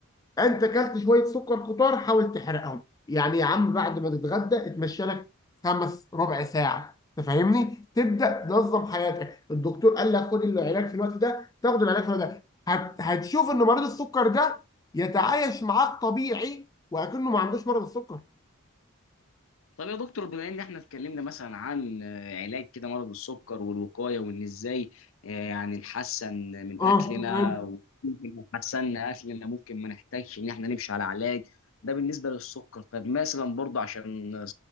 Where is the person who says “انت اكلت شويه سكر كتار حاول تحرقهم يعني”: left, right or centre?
Left